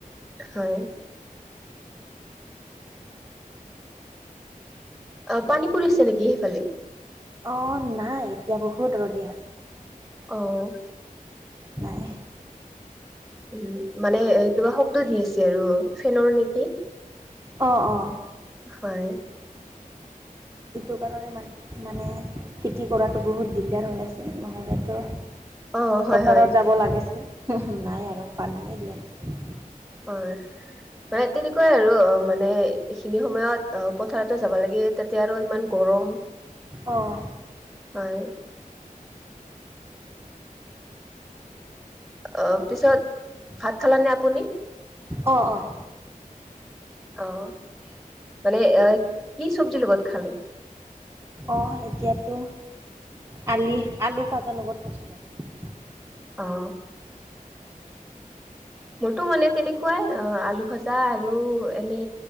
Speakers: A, in the centre; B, on the right (about 20°).
A: হয়। অ পানী পৰিছে নেকি সেইফালে?
B: অ নাই এতিয়া বহুত ৰ'দদি আছে।
A: অহ।
B: নাই।
A: উম মানে কিবা শব্দ দি আছে আৰু ফেনৰ নেকি?
B: অ- অ
A: হয়।
B: এইটো কাৰণে মা-মানে খেতি কৰাতো বহুত দিগদাৰ হৈ আছে নহ'লেতো।
A: অ' হয়,
B: পথাৰত
A: হয়,
B: যাব লাগিছিল নাই আৰু পানীয়েই দিয়া নাই।
A: হয়। মানে তেনেকুৱাই আৰু অ মানে এইখিনি সময়ত অ পথাৰতো যাব লাগে তাতে আৰু ইমান গৰম।
B: অহ।
A: হয়, অ' পিছত ভাত খালা নে আপুনি
B: অ ''
A: অ 'মানে এ কি চব্জিৰ লগত খালে
B: অ' এতিয়াতো আলি আলু পাজাৰ লগত খাইছো
A: অ' মোৰতো মানে তেনেকুৱাই অ আলু ভাজা আৰু এনে